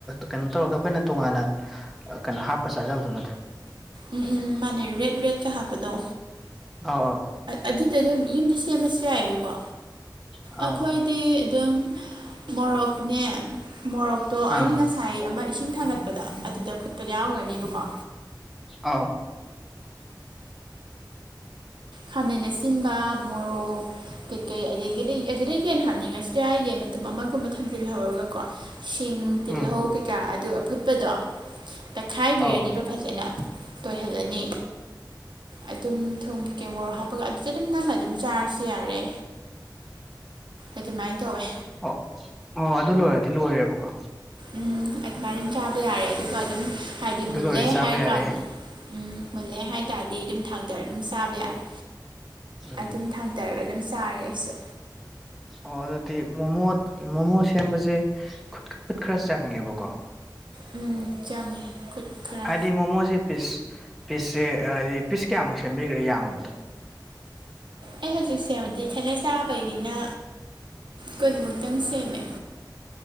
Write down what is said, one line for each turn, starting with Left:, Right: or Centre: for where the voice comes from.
Centre: ꯀꯩꯅꯣ ꯇꯧꯔꯒ ꯑꯩꯈꯣꯏꯅ ꯇꯣꯉꯥꯟꯅ ꯀꯩꯅꯣ ꯍꯥꯞꯄ ꯆꯥꯖꯕꯗꯣ ꯅꯠꯇ꯭ꯔꯣ
Right: ꯎꯝ ꯎꯝ ꯃꯥꯅꯦ ꯔꯦꯠ ꯔꯦꯇꯀ ꯍꯥꯞꯄꯗꯣ
Centre: ꯑꯥ ꯑꯣ
Right: ꯑꯗꯨꯗꯣ ꯑꯗꯨꯝ ꯌꯨꯝꯗ ꯁꯦꯝꯃꯁꯨ ꯌꯥꯏꯕꯀꯣ
Centre: ꯑꯧ
Right: ꯑꯩꯈꯣꯏꯗꯤ ꯑꯗꯨꯝ ꯃꯣꯔꯣꯛꯅꯦ ꯃꯣꯔꯣꯛꯇꯣ ꯑꯩꯅ
Centre: ꯑꯥ
Right: ꯉꯁꯥꯏ ꯑꯃ ꯏꯁꯤꯡ ꯊꯥꯡꯒꯠꯄꯗ ꯑꯗꯨꯗ ꯐꯨꯠꯄ ꯌꯥꯝꯎꯈ꯭ꯔꯅꯦꯕꯀꯣ
Centre: ꯑꯥꯎ
Right: ꯈꯥꯃꯟꯅ ꯑꯁꯤꯟꯕ ꯃꯣꯔꯣꯛ ꯀꯩꯀꯩ ꯑꯗꯒꯤꯗꯤ ꯑꯗꯨꯗꯒꯤꯩ ꯌꯦꯟ ꯍꯥꯞꯅꯤꯡꯉꯁꯤ ꯌꯥꯏ ꯌꯦꯟ ꯃꯇꯨꯝ ꯑꯃꯒꯨꯝꯕ ꯊꯝꯖꯤꯜꯍꯧꯔꯒ ꯀꯣ ꯁꯤꯡ ꯇꯤꯜꯍꯧ
Centre: ꯎꯝ
Right: ꯀꯩꯀꯥ ꯑꯗꯨ ꯑꯐꯨꯠꯄꯗꯣ ꯇꯛꯈꯥꯏꯕꯤꯔꯅꯤꯕ
Centre: ꯑꯧ
Right: ꯐꯖꯅ ꯇꯣꯏꯍꯜꯂꯅꯤ ꯑꯗꯨꯝ ꯊꯨꯃ ꯃꯣꯔꯣꯛ ꯍꯥꯞꯄꯒ ꯑꯗꯨꯗ ꯑꯗꯨꯝ ꯅꯝꯃꯒ ꯑꯗꯨꯝ ꯆꯥꯔꯁꯨ ꯌꯥꯔꯦ ꯑꯗꯨꯃꯥꯏꯅ ꯇꯧꯋꯦ
Centre: ꯑꯣ ꯑꯣ ꯑꯗꯨ ꯂꯣꯏꯔꯗꯤ ꯂꯣꯏꯔꯦꯕꯀꯣ
Right: ꯎꯝ ꯑꯗꯨꯃꯥꯏ ꯑꯗꯨꯝ ꯆꯥꯕ ꯌꯥꯔꯦ ꯑꯗꯨꯒ ꯑꯗꯨꯝ ꯍꯥꯏꯗꯤ
Centre: ꯑꯗꯨ
Right: ꯃꯨꯜꯂꯦ
Centre: ꯂꯣꯏꯔꯗꯤ ꯆꯥꯕ
Right: ꯍꯥꯏꯔꯀꯥꯟꯗ
Centre: ꯌꯥꯔꯦ
Right: ꯎꯝ ꯃꯨꯜꯂꯦ ꯍꯥꯏꯇꯥꯔꯗꯤ ꯑꯗꯨꯝ ꯊꯥꯡꯗꯔ ꯑꯗꯨꯝ ꯆꯥꯕ ꯌꯥꯔꯦ
Centre: ꯎꯝ
Right: ꯑꯗꯨꯝ ꯊꯥꯡꯊꯔꯒ ꯑꯗꯨꯝ ꯆꯥꯔꯦ ꯑꯩꯁꯨ
Centre: ꯑꯣ ꯑꯗꯨꯗꯤ ꯃꯣꯃꯣ ꯃꯣꯃꯣ ꯁꯦꯝꯕꯁꯦ ꯈꯨꯠ ꯈꯨꯠ ꯈꯔ ꯆꯪꯉꯦꯕꯀꯣ
Right: ꯎꯝ ꯆꯪꯉꯦ ꯈꯨꯠ ꯈꯔ
Centre: ꯍꯥꯏꯗꯤ ꯃꯣꯃꯣꯁꯦ ꯄꯤꯁ ꯄꯤꯁꯁꯦ ꯍꯥꯏꯗꯤ ꯄꯤꯁ ꯀꯌꯥꯃꯨꯛ ꯁꯦꯝꯕꯤꯈ꯭ꯔꯦ ꯌꯥꯝꯃꯕꯗ
Right: ꯑꯩ ꯍꯧꯖꯤꯛꯁꯦꯕꯗꯤ ꯈꯦꯠꯅꯖꯦ ꯆꯥꯕꯩꯅꯤꯅ ꯀꯨꯟꯃꯨꯛꯇꯪ ꯁꯦꯝꯃꯦ